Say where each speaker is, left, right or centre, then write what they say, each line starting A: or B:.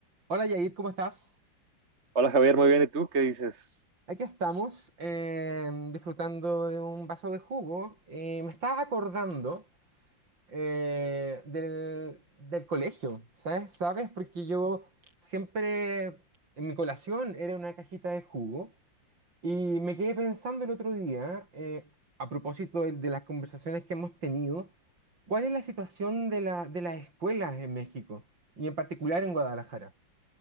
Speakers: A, on the right; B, on the right.
A: Hola Yair, ¿cómo estás?
B: Hola Javier, muy bien. ¿Y tú qué dices?
A: Aquí estamos em, disfrutando de un vaso de jugo y me estaba acordando eh, del, del colegio, ¿sabes? ¿Sabes? Porque yo siempre en mi colación era una cajita de jugo y me quedé pensando el otro día, eh, a propósito de, de las conversaciones que hemos tenido, ¿cuál es la situación de la- de las escuelas en México y en particular en Guadalajara?